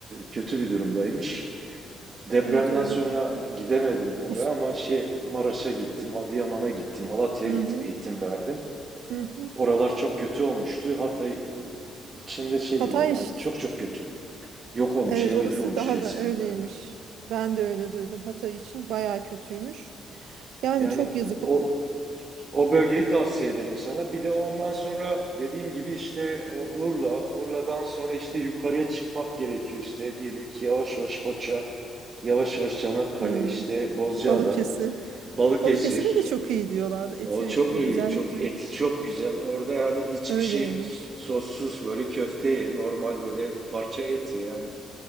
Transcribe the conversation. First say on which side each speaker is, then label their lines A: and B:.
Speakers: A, on the right (about 40°); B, on the right (about 80°).
A: kötü bir durumdaymış. Depremden
B: Evet öyle
A: sonra
B: diyorlar.
A: gidemedim oraya
B: Ust.
A: ama şey Maraş'a gittim, Adıyaman'a gittim, Malatya'ya
B: Hı
A: gittim,
B: hı.
A: eğitim verdim.
B: Hı hı.
A: Oralar çok kötü olmuştu. Hatay e, içinde şey
B: Hatay
A: diyorlar yani
B: iş-
A: çok çok kötü. Yok olmuş,
B: Evet
A: yerle
B: orası
A: bir olmuş
B: daha
A: resmen
B: da öyleymiş.
A: yani.
B: Ben de öyle duydum. Hatay için bayağı kötüymüş.
A: E,
B: Yani
A: Yani
B: çok yazık.
A: o O bölgeyi tavsiye ederim sana. Bir de ondan sonra dediğim gibi işte o Urla, Urla'dan sonra işte yukarıya çıkmak gerekiyor işte. Diyelim ki yavaş yavaş Foça, yavaş yavaş Çanakkale,
B: Hmm.
A: işte Bozcaada,
B: Balıkesir.
A: Balıkesir.
B: Balıkesir'de de çok iyi diyorlardı. Eti
A: O çok iyi,
B: özellikle
A: çok eti çok güzel. Orada yani hiçbir
B: öyleymiş.
A: şey sossuz böyle köfte ye, normal böyle parça et ye yani.